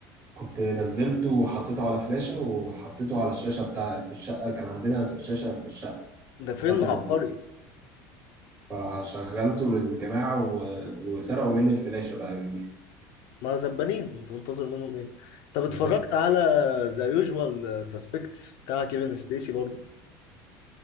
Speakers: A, on the right (about 30°); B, on the left (about 65°).
A: كنت نزلته وحطيته على فلاشه وحطيته على الشاشه بتاع في الشقه كان عندنا شاشه في الشقه
B: ده فيلم
A: بتاعت الزبالين
B: عبقري
A: فشغلته للجماعة و... وسرقوا مني الفلاشة بقى يوميها
B: ما زبالين انت منتظر منهم ايه طب اتفرجت
A: بالظبط
B: بالظبط على ذا يوجوال سسبكتس بتاع كيفن سبيسي برضه